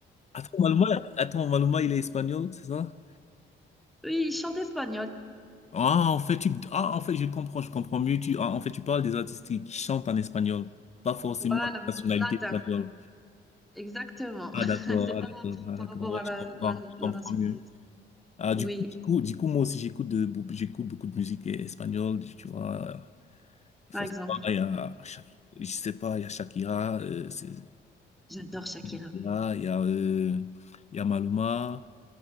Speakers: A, on the left; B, in the centre.
A: Attends, Maluma, attends, Maluma, il est espagnol, c'est ça?
B: Oui, il chante espagnol.
A: Ah, en fait, tu... ah, en fait, je comprends, je comprends mieux. Tu... Ah, en fait, tu parles des artistes qui chantent en espagnol, pas forcément
B: Voilà,
A: de nationalité
B: latin.
A: espagnole.
B: Exactement.
A: Ah,
B: <laughs>
A: d'accord,
B: C'est pas
A: ah, d'accord, ah,
B: par
A: d'accord.
B: rapport
A: Ouais,
B: à la,
A: je comprends,
B: la-
A: je
B: la
A: comprends
B: nationalité.
A: mieux. Ah, du
B: Oui,
A: coup, du coup, du coup, moi aussi, j'écoute de... bou- j'écoute beaucoup de musique eh, espagnole, tu vois. Il
B: par
A: faut
B: exemple.
A: savoir, il y a, Sha- je sais pas, il y a Shakira, euh, c'est-
B: J'adore Shakira.
A: Shakira, il y a, euh, il y a Maluma,